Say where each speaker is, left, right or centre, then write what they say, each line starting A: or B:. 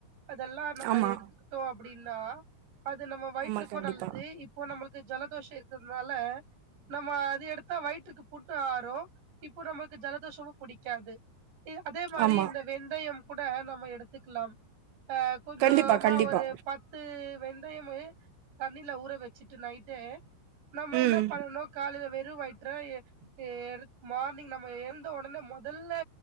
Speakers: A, on the right; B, on the right.
A: அதல்லாம் நம்ம
B: ஆமா
A: எடுத்துக்கிட்டோ அப்டின்னா அது நம்ம வயிற்றுக்கு
B: ஆமா கண்டிப்பா
A: நல்லது இப்போ நம்மளுக்கு ஜலதோஷ இரு அ நம்ம அது எடுத்தா வயிற்றுக்கு புண்ணு ஆறரும் இப்போ நமக்கு ஜலதோஷம் புடிக்காது அதே மாரி
B: ஆமா
A: இந்த வெந்தயம் கூட நம்ம எடுத்துக்கலாம் கொஞ்சுமா
B: கண்டிப்பா கண்டிப்பா
A: ஒரு பத்து வெந்தயமு தண்ணில ஊற வ வச்சிட்டு நைட்டே நம்ம
B: ம்
A: என்ன பண்ணனு காலயில வெறு வ த்தற ஏ எர் மார்னிங் நம்ம யெந்த உடனே முதல்ல